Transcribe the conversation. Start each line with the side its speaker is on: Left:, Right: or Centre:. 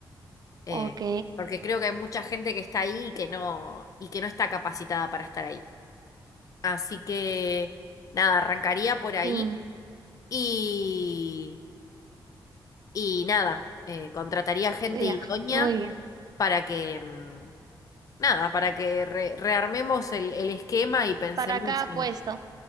Left: Eh,
Right: Ok.
Left: porque creo que hay mucha gente que está ahí y que no, y que no está capacitada para estar ahí. Así que, nada, arrancaría por ahí.
Right: Mm,
Left: Y, y nada, eh, contrataría gente
Right: ya,
Left: idónea
Right: muy bien.
Left: para que, mm, nada, para que re- rearmemos el, el esquema y pensemos
Right: Para cada puesto,
Left: en...